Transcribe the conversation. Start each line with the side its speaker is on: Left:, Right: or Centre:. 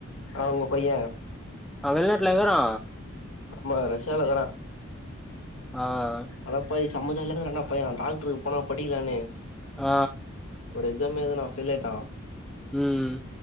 Left: அவுங்க பைய
Centre: வெள்நாட்லியா இருக்குறா
Left: ஆமா ரஷ்யால இக்குறா
Centre: அ
Left: அனா பைய செம்ம ஜாலியா இருக்கறான்டா பைய டாக்ட்ருக்கு போனா படிக்கலானு
Centre: அ
Left: ஒரு எக்ஸாம் எழுதுனா ஃபெயில் ஆய்ட்டா
Centre: ம்